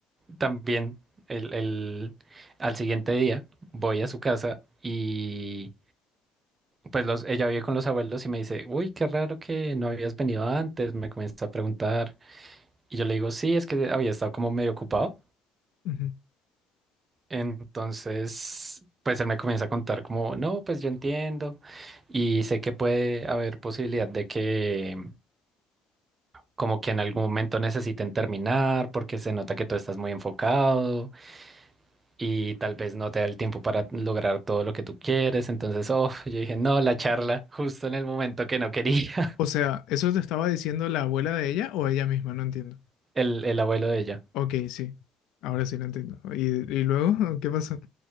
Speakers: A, on the right (about 25°); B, on the left (about 75°).
A: también el, el- al siguiente día voy a su casa y pues los, ella vive con los abuelos y me dice, uy, qué raro que no habías venido antes, me comienza a preguntar y yo le digo, sí, es que había estado como medio ocupado.
B: ujú.
A: Entonces, pues él me comienza a contar como, no, pues yo entiendo y sé que puede haber posibilidad de que como que en algún momento necesiten terminar porque se nota que tú estás muy enfocado. y tal vez no te da el tiempo para lograr todo lo que tú quieres. Entonces, oh, yo dije, no, la charla, justo en el momento que no quería
B: O sea, ¿eso te estaba diciendo la abuela de ella o ella misma? No entiendo.
A: <laughs> el, el abuelo de ella.
B: Ok, sí. Ahora sí lo entiendo. ¿Y, y luego <laughs> qué pasó?